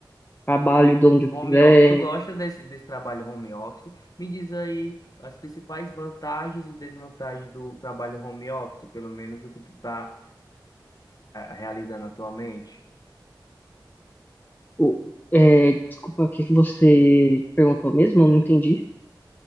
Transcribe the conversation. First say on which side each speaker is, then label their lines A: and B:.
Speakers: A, on the left; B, on the left.
A: trabalho de onde eu
B: Home
A: quiser.
B: office. Tu gosta desse, desse trabalho home office? Me diz aí as principais vantagens e desvantagens do trabalho home office, pelo menos o que tu está realizando atualmente.
A: O- é, desculpa, o que que você perguntou mesmo? Eu não entendi.